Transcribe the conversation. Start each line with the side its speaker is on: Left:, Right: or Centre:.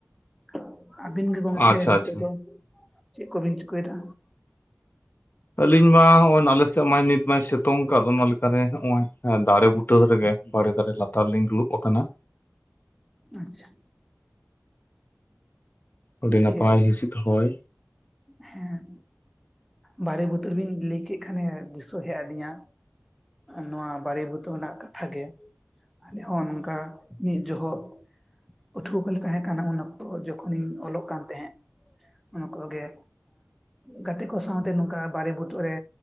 Centre: ᱾ ᱟᱹᱵᱤᱱ ᱜᱮ ᱜᱚᱢᱠᱮ
Left: ᱟᱪᱪᱷᱟ
Centre: ᱱᱤᱛᱚᱜ
Left: ᱟᱪᱪᱷᱟ᱾
Centre: ᱫᱚ? ᱪᱮᱫ ᱠᱚᱵᱤᱱ ᱪᱤᱠᱟᱹᱭ ᱮᱫᱟ?
Left: ᱟᱹᱞᱤᱧ ᱢᱟ ᱦᱚᱸᱜᱼᱚᱭ ᱱᱟᱞᱮ ᱥᱮᱫ ᱢᱟᱭ ᱱᱤᱛ ᱢᱟᱭ ᱥᱤᱛᱩᱝ ᱟᱠᱟᱫ ᱚᱱᱟ ᱞᱮᱠᱟᱨᱮ ᱦᱚᱸᱜᱼᱚᱭ ᱦᱮᱸ ᱫᱟᱲᱮ ᱵᱩᱴᱟᱹ ᱨᱮᱜᱮ, ᱵᱟᱲᱮ ᱫᱟᱨᱮ ᱞᱟᱛᱟᱨ ᱨᱮ ᱞᱤᱧ ᱫᱩᱲᱩᱵ ᱟᱠᱟᱱᱟ ᱾
Centre: ᱟᱪᱪᱷᱟ᱾
Left: ᱟᱹᱰᱤ
Centre: ᱥᱟᱹᱨᱤᱜᱮ
Left: ᱱᱟᱯᱟᱭ ᱦᱤᱥᱤᱫ ᱦᱚᱭ᱾
Centre: ᱦᱮᱸ ᱵᱟᱲᱮ ᱵᱩᱴᱟᱹ ᱨᱮᱵᱤᱱ ᱞᱟᱹᱭ ᱠᱮᱫ ᱠᱷᱟᱱᱮ ᱫᱤᱥᱟᱹ ᱦᱮᱡ ᱟᱹᱫᱤᱧᱟ, ᱱᱚᱣᱟ ᱵᱟᱲᱮ ᱵᱩᱛᱟᱹ ᱨᱮᱱᱟᱜ ᱠᱟᱛᱷᱟ ᱜᱮ, ᱟᱞᱮ ᱦᱚᱸ ᱱᱚᱝᱠᱟ ᱢᱤᱫ ᱡᱚᱦᱚᱜ ᱯᱟᱹᱴᱷᱩᱣᱟᱹ ᱠᱚᱞᱮ ᱛᱟᱦᱮᱸ ᱠᱟᱱᱟ ᱩᱱ ᱚᱠᱛᱚ ᱡᱚᱠᱷᱚᱱᱤᱧ ᱚᱞᱚᱜ ᱠᱟᱱ ᱛᱟᱦᱮᱸᱜ, ᱩᱱᱠᱚ ᱜᱮ ᱜᱟᱛᱮ ᱠᱚ ᱥᱟᱶᱛᱮ ᱱᱚᱝᱠᱟ ᱵᱟᱨᱮ ᱵᱩᱴᱟᱹ ᱨᱮ